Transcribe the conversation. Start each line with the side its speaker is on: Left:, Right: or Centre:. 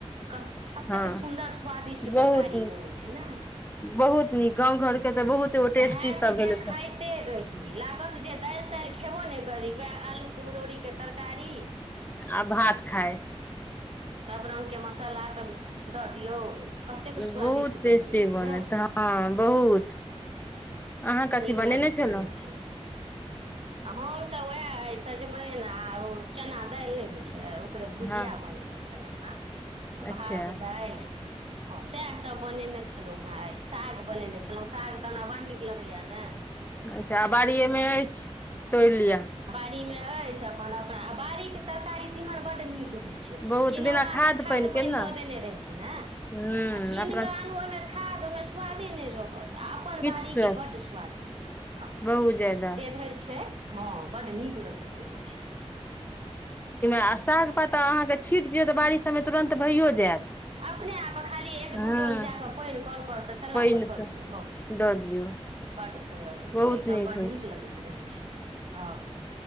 Right: कऽ कतेक
Left: हँ
Right: सुन्दर स्वादिष्ट
Left: बहुत
Right: तरकारी
Left: नीक
Right: बनै छै ने
Left: बहुत नीक गाँव घरके तऽ बहुत एगो टेस्टी
Right: हयत
Left: सब
Right: जे
Left: भेलै
Right: खाय
Left: से
Right: लागत जे के दाइल ताइल खेबो नहि करी उएह आलू कुमहरौरी के तरकारी
Left: आ भात खाय। <unintelligible>
Right: सभ रङ्गके मसालासभ दऽ दियौ। <unintelligible> स्वादिष्ट
Left: बहुत टेस्टी
Right: बनि जाइ छै
Left: बनत
Right: ने
Left: हँ बहुत अहाँ कथी
Right: नीक
Left: बनेने
Right: लगैत
Left: छलहुँ
Right: रहै छै आ हम तऽ उएह सजमैन आ चना दाइल नै होइ छै छै ओकरे भुजिया
Left: हँ
Right: बनेने छलहुँ हेँ
Left: अच्छा
Right: भात दाइल हँ सएह सभ बनेने छलहुँ हेँ आइ साग बनेने छलहुँ साग तऽ हमरा बड़ नीक लगैएा नह
Left: अच्छा अ बाड़िएमे अछि तोड़ि लिअ
Right: मे अछि अपन बाड़ीके तरकारी तिमन बढ़नीक होइ छै
Left: बहुत
Right: किनौआमे
Left: बिना
Right: खाद पानि
Left: के ने
Right: दऽ देने रहै छै ने आ
Left: हूं
Right: कीन
Left: अपना
Right: कऽ आनू ओहिमे खाद ओहिमे स्वादे नहि रहत अपन
Left: किछु
Right: बाड़ी के बड सु आकिष्ट हँ
Left: बहुत ज्यादा
Right: सेधरि छै हँ बड़ नीक लगैत छै। रहै
Left: आसाक पत्ता अहाँक छीड़ दियौ त बारी। त तुरंत भइयो जायत।
Right: अपने आप खाली एक दो
Left: हूं
Right: डोल जाक पैन क लियै त चला
Left: पानि
Right: क धो
Left: सँ
Right: दियौ भ गेलै
Left: दऽ दियौ
Right: बड सुन्दर होइ
Left: बहुत
Right: छै एकदम बड
Left: होइ
Right: नीक
Left: छै
Right: लगैत रहै छै। हँ।